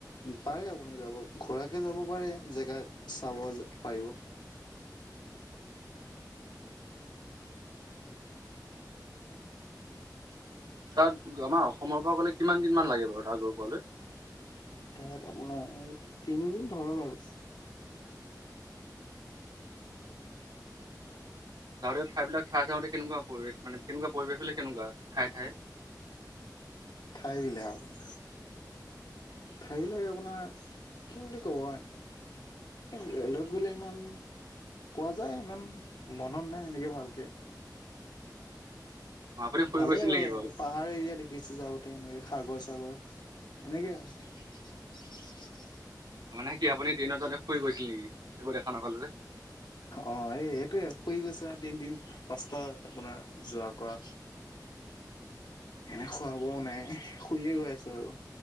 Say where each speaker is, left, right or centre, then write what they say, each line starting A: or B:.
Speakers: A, on the left; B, on the right.
A: পাৰে আপুনি যাব ঘোৰাকে যাব পাৰে জেগা চাব পাৰিব।
B: তাত আমাৰ অসমৰ পৰা গ'লে কিমান দিন মান লাগে বাৰু তাত গৈ পোৱালৈ।
A: তাত আপোনাৰ তিনিদিন ধৰক আৰু।
B: যাওঁতে ঠাইবিলাক চাই যাওঁতে কেনেকুৱা পৰিৱেশ মানে কেনেকুৱা পৰিৱেশ বিলাক কেনেকুৱা ঠাই ঠাই।
A: ঠাইবিলাক আ ঠাইবিলাক আপোনাৰ। কি বুলি কব এ ৰেলত গলে ইমান পোৱা যায় ইমান মনত নাই এনেকে ভালকে।
B: অ আপুনি শুই
A: ভালে
B: গৈছিল
A: আৰু
B: নেকি
A: এনেকে
B: বাৰু
A: পাহাৰ এৰিয়া দেখিছো যাওঁতে এনেকে সাগৰ। এনেকে আৰু।
B: মানে কি আপুনি ট্ৰেইনত যাওঁতে শুই গৈছিল নেকি একো দেখা নাপালো যে,
A: অ এই এইটোয়ে শুই গৈছ তিনদিন কষ্ট আপোনাৰ যোৱা কৰা এনে খুৱাবও নাই শুইয়ে গৈ আছো আৰু